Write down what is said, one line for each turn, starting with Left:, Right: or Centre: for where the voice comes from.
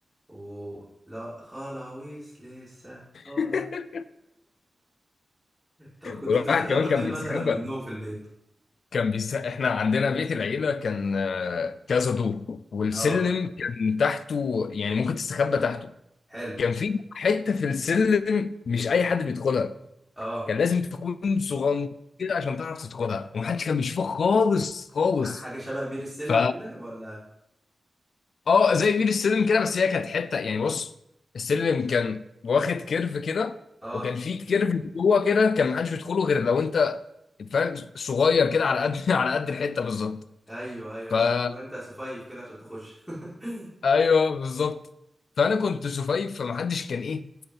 Centre: و لا خلاويص لسه خلاص
Left: <laughs>
Centre: طب كنت
Left: والواحد
Centre: بتستخبى
Left: كمان كان
Centre: فين
Left: بيستخبى
Centre: مثلا منهم في البيت
Left: كان بيس... إحنا عندنا بيت العيلة كان آه، كذا دور والسلم
Centre: اه
Left: كان تحته يعني ممكن تستخبى تحته
Centre: حلو
Left: كان في حتة في السلم مش أي حد بيدخلها
Centre: اه
Left: كان لازم تكون صغنطير كده عشان تعرف تدخلها ومحدش كان بيشوفك خالص خالص
Centre: ح- حاجة شبه بير السلم
Left: ف
Centre: كده ولا
Left: اه زي بير السلم كده بس هي كانت حته يعني بص السلم كان واخد كيرف كده
Centre: اه
Left: وكان فيه كيرف جوه كده كان محدش بيدخله غير لو انت فاهم صغير كده على قد <laughs> على قد الحته بالظبط
Centre: ايوه ايوه
Left: فا
Centre: لازم تبقى انت صفيف كده عشان تخش <laughs>
Left: ايوه بالظبط فانا كنت سفيف فمحدش كان ايه